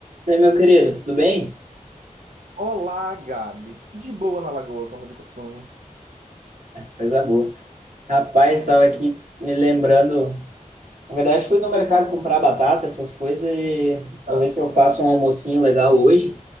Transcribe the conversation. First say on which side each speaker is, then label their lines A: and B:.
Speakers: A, on the right; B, on the right.
A: E aí, meu querido, tudo bem?
B: Olá, Gabi. De boa na lagoa, como de costume.
A: Coisa boa. Rapaz, estava aqui me lembrando. Na verdade, fui no mercado comprar batata, essas coisas, e vou
B: Ah,
A: ver se eu faço um almocinho legal hoje.